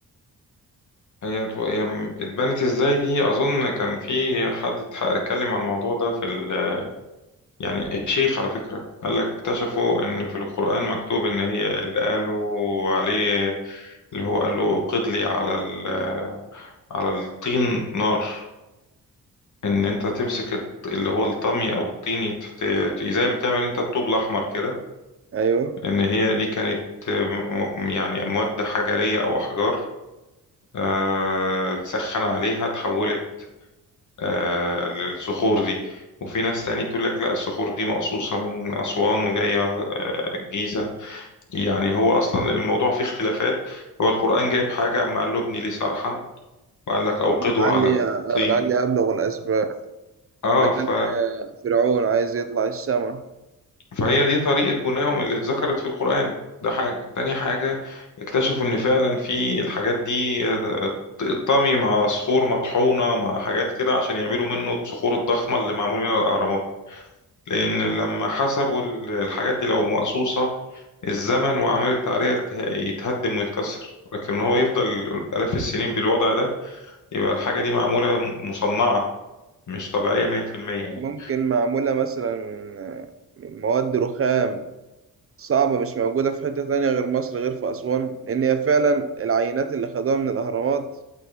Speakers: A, on the left (about 60°); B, on the right (about 40°).
A: هي تو- هي م- اتبنت ازاي دي اظن كان في حد اتح- اتكلم عن الموضوع ده في ال... يعني الشيخ على فكرة قال لك اكتشفوا ان في القرآن مكتوب ان هي اللي قالوا عليه اللي هو قال له قد لي على ال... على الطين نار ان انت تمسك الط- اللي هو الطمي او الطين يتحت... ت- زي ما بتعمل انت الطوب الاحمر كده
B: أيوه
A: ان هي دي كانت م- م- يعني مواد حجرية او احجار آه، تسخن عليها تحولت آه، للصخور دي وفي ناس تاني تقول لك لا الصخور دي مقصوصة من أسوان وجاية آه، الجيزة يعني هو أصلا الموضوع فيه اختلافات هو القرآن جايب حاجة أما قال له ابني لي صرحا وقال لك أوقده
B: لعلي
A: على الطين
B: آه، لعلي أبلغ الأسباب
A: اه
B: ما كان
A: ف...
B: آه، فرعون عايز يطلع السما
A: فهي دي طريقة بنائهم اللي اتذكرت في القرآن ده حاجة تاني حاجة اكتشفوا إن فعلا في الحاجات دي آه، الطمي مع صخور مطحونة مع حاجات كده عشان يعملوا منه الصخور الضخمة اللي معمول منها الأهرامات لأن لما حسبوا ال- الحاجات دي لو مقصوصة الزمن وعملت عليها ته- يتهدم ويتكسر لكن هو يفضل آلاف السنين بالوضع ده يبقى الحاجة دي معمولة م- مصنعة مش طبيعية 100% يعني
B: ممكن معمولة مثلا من آه، من مواد رخام صعبة مش موجودة في حتة تانية غير مصر غير في أسوان لأن هي فعلا العينات اللي خدوها من الأهرامات